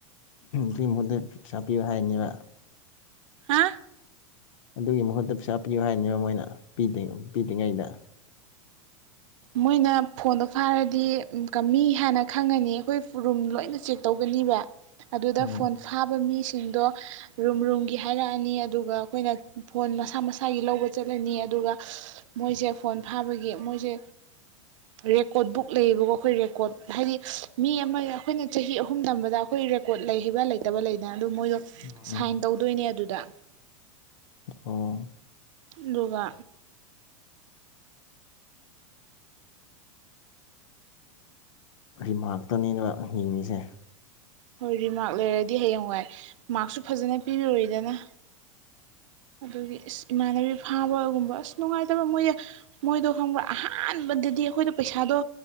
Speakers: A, on the left; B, on the right.
A: ꯄꯩꯁꯥ ꯄꯤꯌꯨ ꯍꯥꯏꯅꯦꯕ
B: ꯍꯥ
A: ꯑꯗꯨꯒꯤ ꯃꯍꯨꯠꯇ ꯄꯩꯁꯥ ꯄꯤꯌꯨ ꯍꯥꯏꯅꯦꯕ ꯃꯣꯏꯅ ꯄꯤꯗꯦ ꯄꯤꯗ꯭ꯔꯤꯉꯩꯗ <inaudible>
B: ꯃꯣꯏꯅ ꯐꯣꯟꯗꯣ ꯐꯥꯔꯗꯤ ꯀꯝꯃꯤ ꯍꯥꯏꯅ ꯈꯪꯉꯅꯤ ꯑꯩꯈꯣꯏ ꯔꯨꯝ ꯂꯣꯏꯅ ꯆꯦꯛ ꯇꯧꯒꯅꯤ ꯑꯗꯨꯗ
A: ꯎꯝ
B: ꯐꯣꯟ ꯐꯥꯕ ꯃꯤ ꯁꯤꯡꯗꯣ ꯔꯨꯝ ꯔꯨꯝꯒꯤ ꯍꯥꯏꯔꯛꯑꯅꯤ ꯑꯗꯨꯒ ꯑꯩꯈꯣꯏꯅ ꯐꯣꯟ ꯃꯁꯥ ꯃꯁꯥꯒꯤ ꯂꯧꯕ ꯆꯠꯂꯅꯤ ꯑꯗꯨꯒ ꯃꯣꯏꯁꯦ ꯐꯣꯟ ꯐꯥꯕꯒꯤ ꯃꯣꯏꯁꯦ ꯔꯦꯀꯣꯔꯠ ꯕꯨꯛ ꯂꯩꯌꯦꯕꯀꯣ ꯑꯩꯈꯣꯏ ꯔꯦꯀꯣꯔꯠ ꯍꯥꯏꯗꯤ ꯃꯤ ꯑꯃ ꯑꯩꯈꯣꯏꯅ ꯆꯍꯤ ꯑꯍꯨꯝ ꯇꯝꯕꯗ ꯑꯩꯈꯣꯏ ꯔꯦꯀꯣꯔꯠ ꯂꯩꯈꯤꯕ ꯂꯩꯇꯕ ꯂꯩꯗꯅ ꯑꯗꯨ ꯃꯣꯏꯗꯣ
A: ꯎꯝ
B: ꯁꯥꯏꯟ ꯇꯧꯗꯣꯏꯅꯦ ꯑꯗꯨꯗ
A: ꯑꯣ
B: ꯑꯗꯨꯒ
A: ꯔꯤꯃꯥꯔꯛꯇꯅꯦꯕ ꯌꯦꯡꯉꯤꯁꯦ
B: ꯍꯣꯏ ꯔꯤꯃꯥꯔꯛ ꯂꯩꯔꯗꯤ ꯍꯌꯦꯡꯋꯥꯏ ꯃꯥꯔꯛꯁꯨ ꯐꯖꯅ ꯄꯤꯔ ꯔꯣꯏꯗꯅ ꯑꯗꯨꯒꯤ ꯏꯃꯥꯟꯅꯕꯤ ꯐꯥꯕꯒꯨꯝꯕ ꯑꯁ ꯅꯨꯡꯉꯥꯏꯇꯕ ꯃꯣꯏꯗ ꯃꯣꯏꯗꯣ ꯈꯪꯕ꯭ꯔꯥ ꯑꯍꯥꯟꯕꯗꯗꯤ ꯑꯩꯈꯣꯏꯗꯣ ꯄꯩꯁꯥ ꯑꯗꯣ